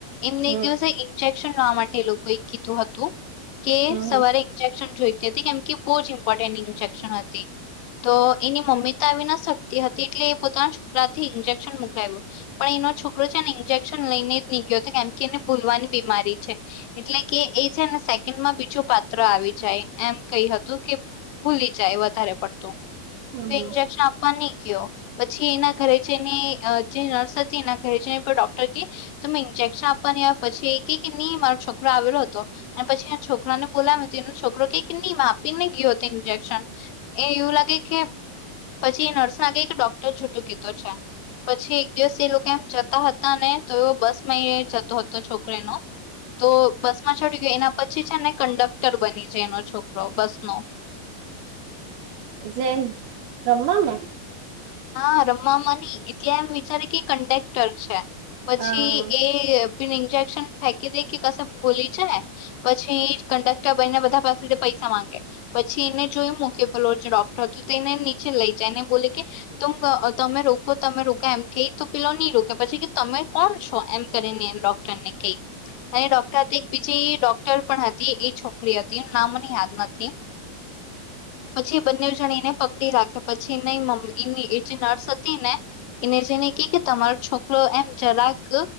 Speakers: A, on the left; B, on the right.
A: એમને
B: હમ
A: એક દિવસે શનવા માટે એ લોકોએ કીધું હતું કે
B: હમ
A: સવારે ઇન્જેક્શન જોઈ જેથી કેમ કે બહુ જ ઇમ્પોર્ટન્ટ ઇન્જેક્શન હતી તો એની મમ્મી તો આવીને સકતી હતી એટલે એ પોતાના છોકરાથી ઈન્જેક્શન મોકલાવયું પણ એનો છોકરો છે ને ઈન્જેક્શ શન લેને જ ની ગયો તો કેમ કે એને ભૂલવાની બીમારી છે એટલે કે એ છે ને સેકન્ડમાં બી છુ પાત્ર આવી જાય એમ કઈ હતું કે ભૂલી જાય વધારે પડતું તો
B: હમ હમ
A: ઇન્જેક્શન આપવા ની ગ્યો પછી એના ઘરે જઈને અ જે નર્સ હતી એના ઘરે જઈને પણ ડોક પછી તમે ઇન્જેક્શન આપવા ની આયવા પછી કે કે ની મારો છોકરો આવેલો હતો. અને પછી એના છોકરાને બોલાવીયો તેનો છોકરો કેય કે ની મા આપી ને ગયો હતો ઇન્જેક્શન એ એવું લાગે કે પછી નર્સ નાગે કે ડોક્ટર જુટું કેતો છે. પછી એક દિવસ એ લોકો એમ જતા હતા ને તો એ બસમાં એ જતો હતો. છોકરો એનો તો બસમાં ચડી ગયો એના પછી છેને કંડક્ટર બની જાય એનો છોક રો બસનો
B: એટલે રમામાં
A: હા રમ મામાની એટલે એમ વિચારે કે કન્ડેક્ટર છે પછી
B: હા
A: એ પેલુ ઈનજે શન ફેકી દે કે કશે ભૂલી જાય પછી કંડક ટર બનયા બધા પાસેથી પૈસા માંગે પછી એને જો એમ મૂકે પેલો જે ડોક્ટર હતું તો એને નીચે લઈ જા તેને બોલે કે તુમ અ તમે રોકો તમે રોકો એમથી તો પેલો ની રોકે પછી કે તમે કોણ છો એમ કરીને એમ ડોક્ટરને કેય અને ડોક્ટર હતી એક બીજી ડોક્ટર પણ હતી એ છોકરી હતી એનું નામ મને યાદ ન થી પછી એ બંનેવ જણ એને પકડી રાખે પછી ને મમ્મીની એ જે નર્સ હતી ને એને જેઈને કે કે તમારો છોકરો એમ જરાક